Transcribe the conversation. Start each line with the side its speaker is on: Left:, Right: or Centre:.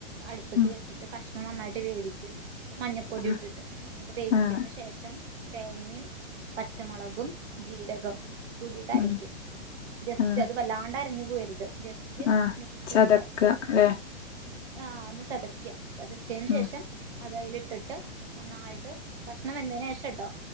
Right: അടുപ്പത്തി
Left: ഉം
Right: വെച്ചിട്ട് കഷ് ണം നന്നായിട്ട് വേവിക്കു മഞ്ഞപ്പൊടി
Left: ആഹ്
Right: ഇട്ടിട്ട്. എന്നിട്ട് വേവിച്ചതിന്
Left: ആഹ്
Right: ശേഷം തേങ്ങയും, പച്ചമുളകും, ജീരകം കൂടിയിട്ട് അരയ്ക്കും.
Left: ഉം
Right: ജസ്റ്റ്
Left: ആഹ്
Right: അത് വല്ലാണ്ട് അരഞ്ഞു പോവരുത്. ജസ്റ്റ്
Left: ആഹ്
Right: മിക്സിയില്
Left: ചതക്ക അല്ലെ
Right: ഒന്ന് ആഹ് ഒന്ന് ചതയ്ക്കുക ചതച്ചതിന്
Left: ഉം
Right: ശേഷം അത് അതില് ഇട്ടിട്ട് നന്നായിട്ട് കഷ്ണം വെന്തതിന് ശേഷട്ടോ.